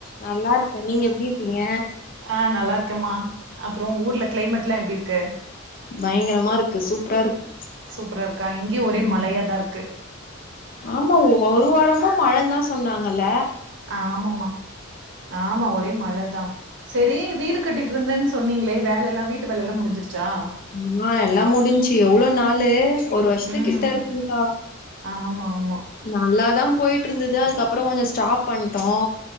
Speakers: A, on the left (about 45°); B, on the right (about 60°).
A: நல்லா இருக்க நீங்க எப்டி இருக்கீங்க
B: ஆ நல்லா இருக்கம்மா அப்றோ ஊர்ல கிளைமேட்ல்லா எப்டி இருக்கு
A: பயங்கரமா இருக்கு சூப்பரா இருக்கு
B: சூப்பரா இருக்கா இங்கியு ஒரே
A: ம்
B: மழையாதா இருக்கு
A: ஆமா ஒரு வாரமா மழ தா சொன்னாங்கல
B: ஆமாம்மா ஆமா ஒரே மழதா சரி வீடு கட்டிட்டு இருந்தேன் சொன்னீங்களே வேல எல்லா வீட்டு வேலல்லா முடிஞ்சிருச்சா
A: ஆமா எல்லா முடிஞ்சு எவ்ள நாளு ஒரு வருஷத்து
B: ம்
A: கிட்ட
B: ம்
A: இருக்குங்கக்கா
B: ஆமா ஆமா
A: நல்லாதா போய்ட்டு இருந்துது அதுக்கப்புறோ கொஞ்ச ஸ்டாப் பண்ணிட்டோ